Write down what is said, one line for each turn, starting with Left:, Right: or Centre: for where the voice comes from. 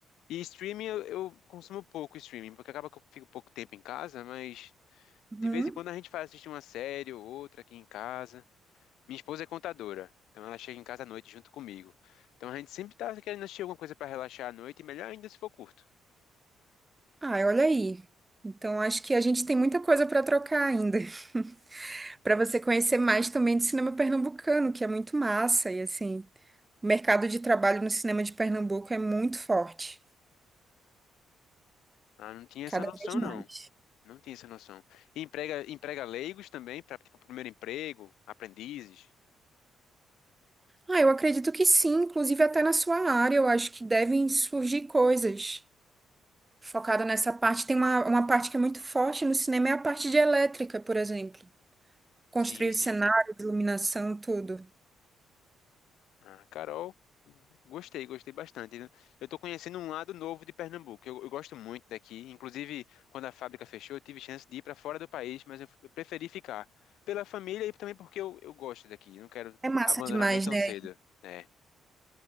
Left: e streaming, eu, eu consumo pouco streaming, porque acaba que eu fico pouco tempo em casa, mas
Right: Uhum.
Left: de vez em quando a gente faz assistir uma série ou outra aqui em casa. Minha esposa é contadora, então ela chega em casa à noite junto comigo. Então a gente sempre tá querendo assistir alguma coisa para relaxar à noite, e melhor ainda se for curto.
Right: Ah, olha aí. Então, acho que a gente tem muita coisa para trocar ainda, <laughs> para você conhecer mais também do cinema pernambucano, que é muito massa. E assim, o mercado de trabalho no cinema de Pernambuco é muito forte,
Left: Ah, não tinha
Right: cada
Left: essa noção,
Right: vez mais.
Left: não. Não tinha essa noção. E emprega, emprega leigos também, para tipo, primeiro emprego, aprendizes.
Right: Ah, eu acredito que sim, inclusive até na sua área, eu acho que devem surgir coisas focada nessa parte. Tem uma, uma parte que é muito forte no cinema, é a parte de elétrica, por exemplo. Construir
Left: Sim, sim.
Right: os cenários, iluminação, tudo.
Left: Ah, Carol, gostei, gostei bastante. Eu tô conhecendo um lado novo de Pernambuco. Eu, eu gosto muito daqui. Inclusive, quando a fábrica fechou, eu tive chance de ir para fora do país, mas eu, eu preferi ficar pela família e também porque eu, eu gosto daqui. Não quero
Right: É massa
Left: abandonar
Right: demais,
Left: nem tão
Right: né?
Left: cedo. É,